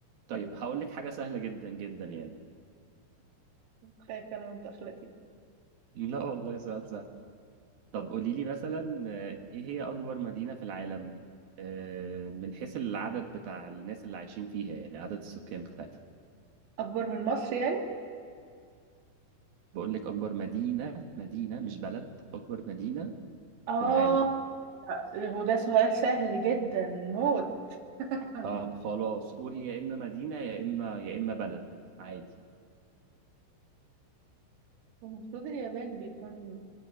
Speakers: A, on the right; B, on the right.
A: طيب هقول لك حاجة سهلة جدا جدا يعني
B: خايفة انا من الدخلة دي
A: <laughs> لا والله سؤال سهل طب قولي لي مثلا آه، إيه هي أكبر مدينة في العالم آه، من حيث العدد بتاع الناس اللي عايشين فيها يعني عدد السكان بتاعتها
B: اكبر من مصر يعني
A: بقول لك أكبر مدينة مدينة مش بلد أكبر مدينة
B: اه
A: في العالم
B: لا، هو ده سؤال سهل جدا موت <laughs>
A: طب خلاص قولي يا إما مدينة يا إما يا إما بلد عادي
B: المفروض اليابان بيكون